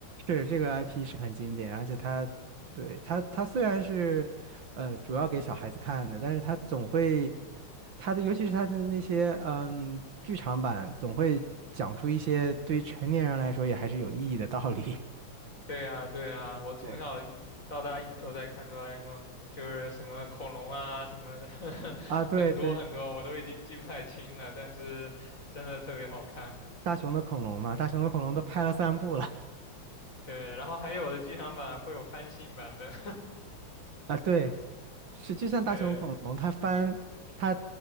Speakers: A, on the right; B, on the left.
A: 是这个 IP 是很经典，而且它，对，它，它虽然是，呃，主要给小孩子看的，但是它总会，它的尤其是它的那些，嗯，剧场版总会讲出一些对于成年人来说也还是有意义的道理
B: 对啊，对啊，
A: <laughs>
B: 我从小一到大一直都在看哆啦
A: 对，
B: A 梦，就是什么恐龙啊，什么 <laughs>
A: 啊。对对，
B: 很多很多，我都已经记不太清了，但是真的特别好看。
A: 大雄的恐龙嘛，大雄的恐龙都拍了三部了
B: 对，然后还有的剧场版会有翻新版本。
A: <laughs> 啊。对，是就像大雄恐龙，
B: <laughs> 对
A: 它翻它